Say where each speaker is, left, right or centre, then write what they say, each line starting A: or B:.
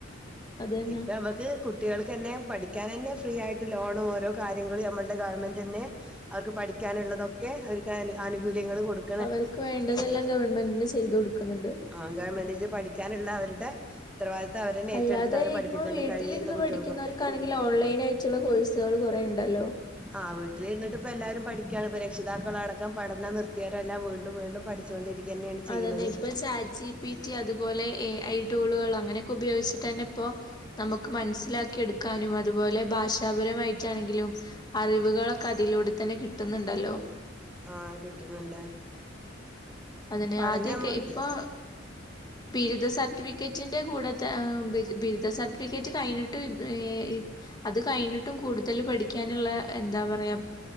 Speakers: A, on the left (about 20°); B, in the centre.
A: അതന്നെ
B: ഇപ്പൊ ഞമക്ക് കു കുട്ടികൾക്ക് തന്നെ പഠിക്കാനന്നെ ഫ്രീ ആയിട്ട് ലോണും ഓരോ കാര്യങ്ങളും നമ്മളുടെ ഗവൺമെന്റ് തന്നെ- അവർക്ക് പഠിക്കാനുള്ളതൊക്കെ അവർക്ക് ആനുകൂല്യങ്ങൾ കൊടുക്കും
A: അവരിക്ക് വേണ്ടതെല്ലാം ഗവൺമെന്റനെ ചെയ്തു കൊടുക്കുന്നുണ്ട്.
B: ആഹ് ഗവൺമെന്റിന്ന്പഠിക്കാനുള്ള അവരുടെ ഉത്തരവാദിത്തം അവരന്നെ
A: അല്ലാതെ
B: ഏറ്റെടുത്തിട്ട് അവരെ പഠിപ്പിക്കേണ്ട
A: ഇപ്പൊ വീട്ടിലിരുന്ന്
B: കഴിയാത്ത കുട്ടികൾക്കൊക്കെ
A: പഠിക്കുന്നവർക്കാണെങ്കിൽ ഓൺലൈൻ ആയിട്ടുള്ള കോഴ്സ് കള്കൊറെ ഉണ്ടല്ലോ.
B: ആഹ് വീട്ടില് ഇരുന്നിട്ട് ഇപ്പോ എല്ലാരും പഠിക്കാണ് ഇപ്പോ രക്ഷിതാക്കളടക്കം പഠനം നിർത്തിയാരരെല്ലാം വീണ്ടും വീണ്ടും പഠി ച്ചൊണ്ടിരികന്നെയാണ് ചെയ്യണത്.
A: അതന്നെ ഇപ്പൊ ചാറ്റ് ജി. പി. ടി അതുപോലെ എ. ഐ ടൂളുകളോ അങ്ങനെയൊക്കെ ഉപയോഗിച്ചിട്ട് തന്നെ ഇപ്പൊ നമുക്ക് മനസ്സിലാക്കി എടുക്കാനും അതുപോലെ ഭാഷാപരമായി ട്ടണെങ്കിലും അറിവുകളൊക്കെ അതിലൂടെ തന്നെ കിട്ടുന്നുണ്ടല്ലോ.
B: ആഹ് കിട്ടുന്നുണ്ട്.
A: അതന്നെ
B: പഠനം
A: ആദ്യൊക്കെ
B: നമ്മൾ
A: ഇപ്പൊ ബിരുദ സ സർട്ടിഫിക്കറ്റിന്റെ കൂടെ ത ആഹ് ബിരുദ സർട്ടിഫിക്കറ്റ് കഴിഞ്ഞിട്ട് ഏ അത് കഴിഞ്ഞിട്ടും കൂടുതല് പഠിക്കാനുള്ള എന്താ പറയാ